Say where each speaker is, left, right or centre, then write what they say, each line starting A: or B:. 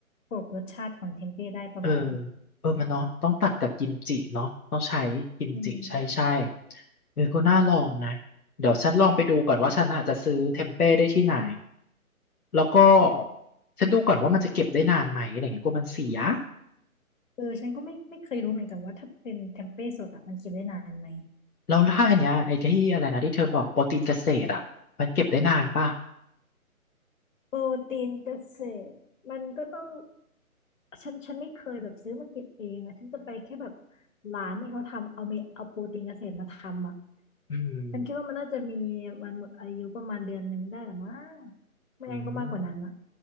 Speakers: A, on the left; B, on the left.
A: กลบรสชาติของเทมเป้ได้ประมาณนึง
B: เออเออมันเนาะต้องตัดกับกิมจิเนาะต้องใช้กิมจิใช่ใช่
A: อืม
B: เออก็น่าลองนะเดี๋ยวฉันลองไปดูก่อนว่าฉันอาจจะซื้อเทมเป้ได้ที่ไหน
A: อืม
B: แล้วก็ฉันดูก่อนว่ามันจะเก็บได้นานไหมอะไรเงี้ยกลัวมันเสีย
A: เออฉันก็ไม่ไม่เคยรู้เหมือนกันว่าถ้าเป็นเทมเป้สดอะมันกินได้นานไหม
B: แล้วถ้าอันเนี้ยไอ้ที่อะไรนะที่เธอบอกโปรตีนเกษตรอ่ะมันเก็บได้นานป่ะ
A: โปรตีนเกษตรมันก็ต้องฉันฉันไม่เคยแบบซื้อมาเกิบเองอะฉันจะไปแค่แบบร้านที่เขาทำเอาเมเอาโปรตีนเกษตรมาทำอะ
B: อืม
A: ฉันคิดว่ามันน่าจะมีวันหมดอายุประมาณเดือนหนึ่งได้หรือมั้งไม่งั้นก็มากกว่านั้นอะ
B: อืม